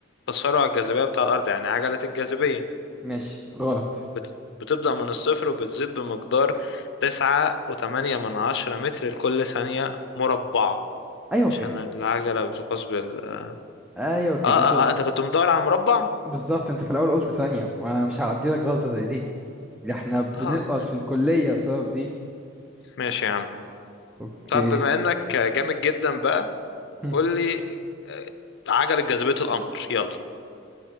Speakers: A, on the left; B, in the centre.
A: تسارع الجاذبية بتاع الأرض يعني عجلة الجاذبية
B: ماشي غلط
A: بت... بتبدأ من الصفر وبتزيد بمقدار تسعة وتمانية من عشرة متر لكل ثانية مربعة
B: أيوه
A: عشان
B: كده
A: العجلة بتقاس بال آه,
B: ايوه كده
A: آه,
B: انت
A: آه أنت كنت مدور على مربع؟
B: بالظبط انت في الاول قلت ثانية وانا مش هعدي لك غلطة زي دي ده احنا بنسقط
A: آه
B: في الكلية بسبب دي
A: ماشي يا عم
B: اوكي
A: طب بما إنك جامد جدا بقى
B: <laughs>
A: قول لي آه، عجلة جاذبية القمر يلا